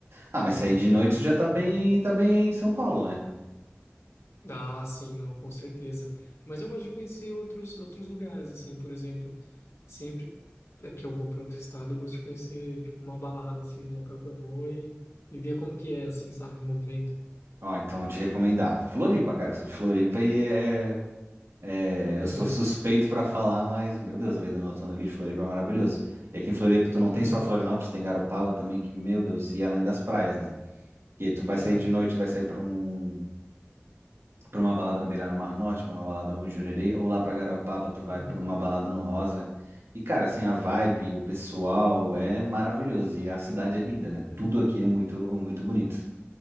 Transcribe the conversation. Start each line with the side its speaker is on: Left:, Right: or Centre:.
Right: Ah, mas
Left: é,
Right: sair de noite tu já tá
Left: geralmente
Right: bem, tá bem em São Paulo, né?
Left: Ah, sim, não, com certeza. Mas eu gosto de conhecer outros, outros lugares, assim, por exemplo, sempre é que eu vou para outro estado, eu gosto de conhecer, tipo, uma balada, assim, do local que eu vou e, e ver como que é, assim, sabe, o movimento.
Right: Ó, então eu te recomendar. Floripa, cara, eu sou de Floripa e é, é, eu
Left: Uhum,
Right: sou suspeito pra falar, mas, meu Deus, a vida noturna aqui de Floripa é maravilhoso. E aqui em Floripa tu não
Left: uhum,
Right: tem só Florianópolis, tem Garopaba também, que, meu Deus, e além das praias, né? Que tu vai
Left: uhum,
Right: sair de noite, vai sair pra um pra uma balada na Beira-Mar Norte, pra uma balada ou em Jurerê, ou lá pra Garopaba, tu vai
Left: uhum,
Right: pra uma balada no Rosa. E, cara, assim, a vibe, o pessoal é maravilhoso. E a cidade é linda, né?
Left: uhum.
Right: Tudo aqui é muito, muito bonito.